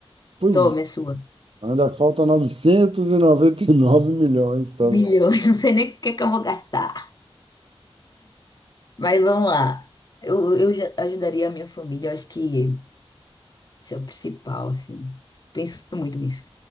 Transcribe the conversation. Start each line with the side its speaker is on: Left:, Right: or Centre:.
Right: Pois
Left: Toma,
Right: é,
Left: é sua.
Right: ainda falta 999 milhões para
Left: Milhões,
Right: você.
Left: <laughs> não sei nem o que é que eu vou gastar. Mas vamos lá. Eu, eu já ajudaria a minha família, eu acho que isso é o principal, assim. Penso muito nisso.